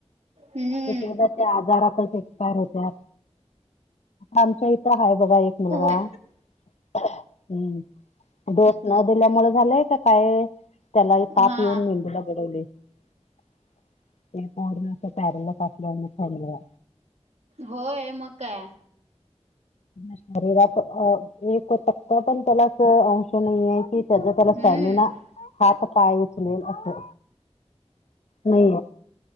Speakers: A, on the right; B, on the left.
A: हम्म
B: एक एकदा. त्या आजारातच एक्सपायर होत्यात आमच्या इथं हाय बघा एक. मुलगा
A: होय.
B: हम्म. दडोस न दिल्यामुळे झालंय का काय त्यालाही ताप
A: हा
B: येऊन मेंदूला <unintelligible> प्यारेलसअसल्यामुळे.
A: होय मग काय.
B: शरीरात एक टक्का पण त्याला. अंश नाही आहे की त्याचा त्याला स्टॅमिना
A: हम्म.
B: हात पाय उचलेल असे. नाहीये